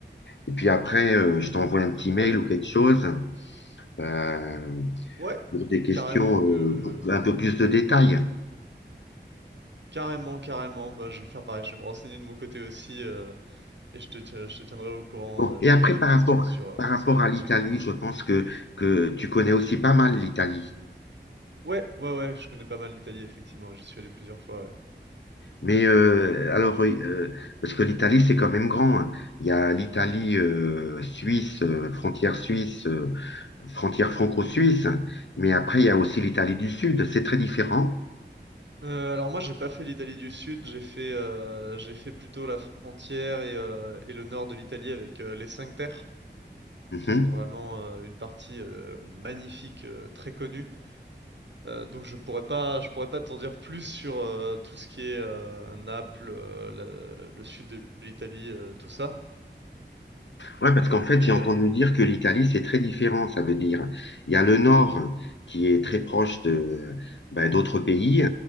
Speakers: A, on the left; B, on the right.
A: Et puis après, euh, je t'envoie un petit
B: ouais,
A: mail ou quelque chose euh,
B: ouais,
A: pour des questions,
B: carrément que.
A: euh, pour un peu plus de détails.
B: Carrément, carrément. Bah, je vais faire pareil. Je vais me renseigner de mon côté aussi euh, et je te, ti- je te tiendrai au courant
A: Bon,
B: euh,
A: et
B: si
A: après,
B: j'ai d'autres
A: par
B: questions
A: rapport,
B: sur, euh,
A: par rapport
B: sur le Portugal.
A: à l'Italie, je pense que, que tu connais aussi pas mal l'Italie.
B: Ouais, ouais, ouais. Je connais pas mal l'Italie, effectivement. J'y suis allé plusieurs fois. ouais.
A: Mais euh, alors, oui, euh, parce que l'Italie, c'est quand même grand. hein. Il y a l'Italie euh, suisse, euh, frontière suisse, euh, frontière franco-suisse, mais après, il y a aussi l'Italie du Sud. C'est très différent.
B: Euh, alors moi, j'ai pas fait l'Italie du Sud. J'ai fait, euh, j'ai fait plutôt la frontière et, euh, et le nord de l'Italie avec euh, les cinq Terres,
A: Mhm.
B: qui sont vraiment euh, une partie euh, magnifique, euh, très connue. Euh, donc je pourrais pas, je pourrais pas t'en dire plus sur euh, tout ce qui est euh, Naples, euh, la- le sud de l'Italie, euh, tout ça.
A: Ouais, parce qu'en fait,
B: Mais
A: j'ai entendu
B: euh,
A: dire que l'Italie, c'est très différent, ça veut dire. Il y a le nord qui est très proche de, ben, d'autres pays,